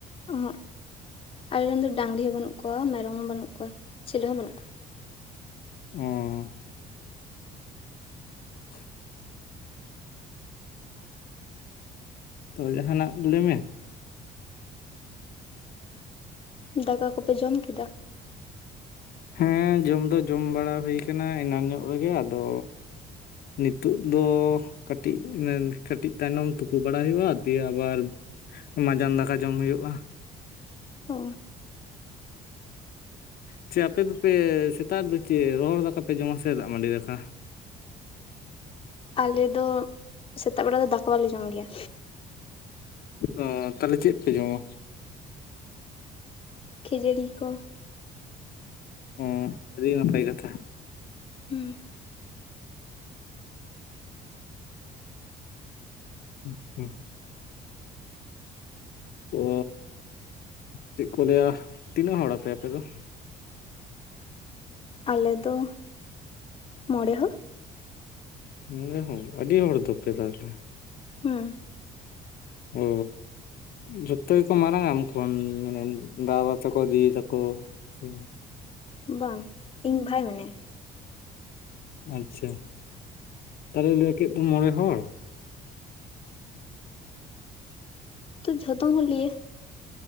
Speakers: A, on the left; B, on the left.
A: ᱚᱦᱚᱸᱜ, ᱟᱞᱮᱨᱮᱱ ᱫᱚ ᱰᱟᱟᱝᱨᱤ ᱦᱚᱸ ᱵᱟᱹᱱᱩᱜ ᱠᱚᱣᱟ, ᱢᱮᱨᱚᱢ ᱦᱚᱸ ᱵᱟᱹᱱᱩᱜ ᱠᱚᱣᱟ, ᱪᱤᱞᱤ ᱦᱚᱸ ᱵᱟᱹᱱᱩᱜ ᱠᱚᱣᱟ᱾
B: ᱚᱻ <inaudible> ᱛᱚ, ᱡᱟᱸᱦᱟᱱᱟᱜ ᱞᱟᱹᱭᱢᱮ᱾
A: ᱫᱟᱠᱟ ᱠᱚᱯᱮ ᱡᱚᱢ ᱠᱮᱫᱟ?
B: ᱦᱮᱸ ᱡᱚᱢ ᱫᱚ ᱡᱚᱢ ᱵᱟᱲᱟ ᱦᱩᱭ ᱠᱟᱱᱟ ᱮᱱᱟᱱ ᱧᱚᱜ ᱨᱮᱜᱮ᱾ ᱟᱫᱚ ᱱᱤᱛᱳᱜ ᱫᱚ ᱠᱟᱹᱴᱤᱡ ᱤᱱᱟᱹᱱ ᱠᱟᱹᱴᱤᱡ ᱛᱟᱭᱱᱚᱢ ᱛᱩᱯᱩ ᱵᱟᱲᱟ ᱦᱩᱭᱩᱜ-ᱟ, ᱫᱤᱭᱮ ᱟᱵᱟᱨ ᱢᱟᱡᱟᱱ ᱫᱟᱠᱟ ᱡᱚᱢ ᱦᱩᱭᱩᱜ-ᱟ᱾
A: ᱚ᱾
B: ᱪᱮ, ᱟᱯᱮ ᱫᱚᱯᱮ ᱥᱮᱛᱟᱜ ᱨᱮ ᱫᱚ ᱪᱮᱫ ᱨᱚᱦᱚᱲ ᱫᱟᱠᱟ ᱯᱮ ᱡᱚᱢᱟ ᱥᱮ ᱫᱟᱜ ᱢᱟᱹᱰᱤ ᱫᱟᱠᱟ?
A: ᱟᱞᱮ ᱫᱚ ᱥᱮᱛᱟᱜ ᱵᱮᱲᱟ ᱫᱚ ᱫᱟᱠᱟ ᱵᱟᱞᱮ ᱡᱚᱢ ᱜᱮᱭᱟ᱾
B: ᱚ, ᱛᱟᱦᱞᱮ ᱪᱮᱫ ᱯᱮ ᱡᱚᱢᱟ?
A: ᱠᱷᱟᱹᱡᱟᱹᱲᱤ ᱠᱚ᱾
B: ᱚ, ᱟᱹᱰᱤ ᱱᱟᱯᱟᱭ ᱠᱟᱛᱷᱟ᱾
A: ᱦᱩᱸ᱾
B: ᱦᱩᱸ ᱦᱩᱸ᱾ ᱚ ᱪᱮᱫ ᱠᱚ ᱞᱟᱹᱭᱟ ᱛᱤᱱᱟᱹᱜ ᱦᱚᱲ ᱟᱯᱮ ᱟᱯᱮ ᱫᱚ?
A: ᱟᱞᱮ ᱫᱚ ᱢᱚᱸᱬᱮ ᱦᱚᱲ᱾
B: ᱢᱚᱸᱬᱮ ᱦᱟᱲ ᱟᱹᱰᱤ ᱦᱚᱲ ᱫᱚᱯᱮ ᱛᱟᱦᱚᱞᱮᱼᱼ
A: ᱦᱩᱸ᱾
B: ᱚᱼᱼ ᱡᱚᱛᱚ ᱜᱮᱠᱚ ᱢᱟᱨᱟᱝ ᱟ ᱟᱢ ᱠᱷᱚᱱ ᱢᱟᱱᱮ ᱫᱟᱫᱟ ᱛᱟᱠᱚ ᱫᱤᱫᱤ ᱛᱟᱠᱚᱼᱼ ᱥᱮᱼᱼ
A: ᱵᱟᱝ ᱤᱧ ᱵᱷᱟᱭ ᱢᱮᱱᱟᱭᱟ-ᱟ᱾
B: ᱟᱪᱪᱷᱟ ᱛᱚᱵᱮ ᱞᱟᱹᱭ ᱠᱮᱫ ᱫᱚ ᱢᱚᱬᱮ ᱦᱚᱲᱼᱼ
A: ᱛᱚ ᱡᱷᱚᱛᱚ ᱦᱚᱲ ᱞᱤᱭᱮᱼᱼ